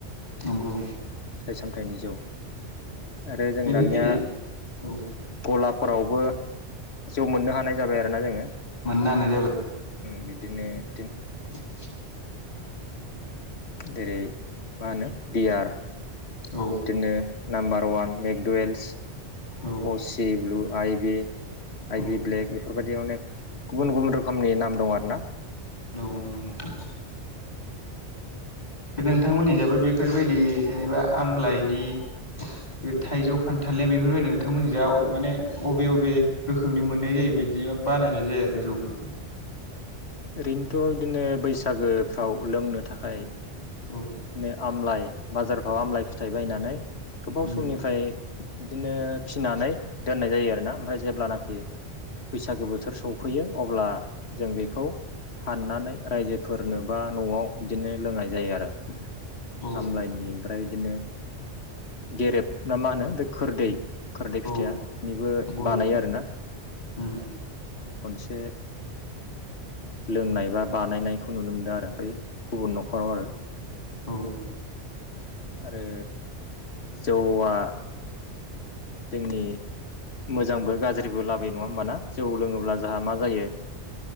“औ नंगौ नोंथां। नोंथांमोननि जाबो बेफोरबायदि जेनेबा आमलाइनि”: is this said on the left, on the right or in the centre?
Left